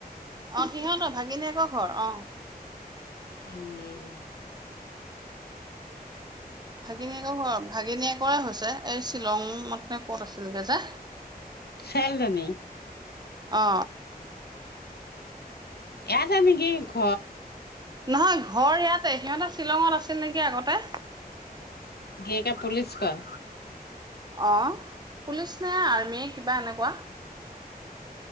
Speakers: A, on the right; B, on the left.
A: অ, সিহঁত ভাগিনীয়েক ঘৰ অ।
B: উম।
A: ভাগিনীয়েক ঘৰ ভাগিনীয়েকৰে হৈছে এই শ্বিলংত নে ক'ত আছিলগে যে
B: চেল জনী।
A: অ।
B: এয়াতে নেকি? ঘ
A: নহয় ঘৰ ইয়াত তে সিহঁতে শ্বিলঙত আছিল নেকি আগতে?
B: গীয়েকে পুলিচ কয়।
A: অ, পুলিচ নে আৰ্মিয়ে কিবা এনেকুৱা।